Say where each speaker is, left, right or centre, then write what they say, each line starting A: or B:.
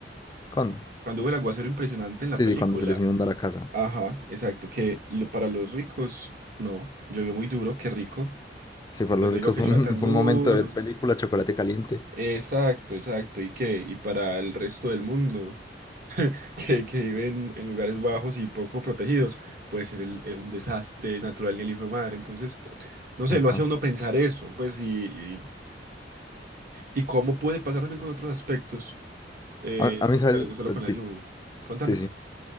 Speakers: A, on the left (about 20°); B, on the right (about 50°).
A: ¿Cuándo?
B: cuando hubo el aguacero impresionante en la
A: Sí,
B: película.
A: sí, cuando se les inunda la casa.
B: Ajá, exacto, que lo, para los ricos, no, llovió muy duro, qué rico,
A: Sí, para
B: qué
A: los
B: rico
A: ricos
B: que
A: fue
B: llueva
A: un,
B: tan
A: <laughs> fue
B: duro,
A: un momento de
B: no
A: ver
B: sé
A: película,
B: qué.
A: chocolate caliente.
B: Exacto, exacto, y que, y para el resto del mundo, <laughs> que, que viven en lugares bajos y poco protegidos, puede ser el- el- un desastre natural ni el hijo de madre, entonces... No sé,
A: Epa.
B: lo hace a uno pensar eso, pues, y, ¿Y cómo puede pasar también con otros aspectos? Eh,
A: A, a mí, ¿sabes?
B: dale, no solo
A: Eh,
B: con
A: Sí,
B: la lluvia. Contame,
A: sí,
B: contame.
A: sí.